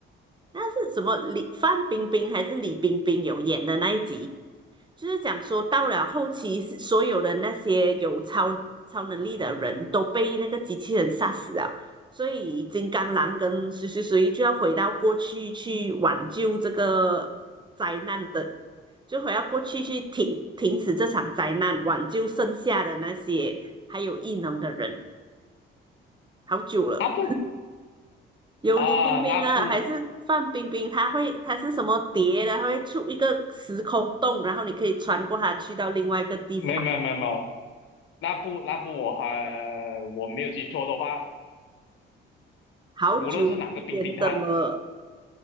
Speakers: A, on the right; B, on the left.
A: 那是什么李范冰冰还是李冰冰有演的那一集，就是讲说，到了后期，是所有的那些有超超能力的人都被那个机器人杀死了，所以金刚狼跟谁谁谁就要回到过去去挽救这个灾难的，就回到过去去停停止这场灾难，挽救剩下的那些还有异能的人。好久了，
B: 啊不
A: 有李冰冰啊，
B: 啊，那部
A: 还是范冰冰？她会，她是什么蝶的？她会出一个时空洞，然后你可以穿过它去到另外一个地方。
B: 没有没有没有没有，那部那部我还我没有记错的话，
A: 好久以前的了，
B: 无论是哪个冰冰，他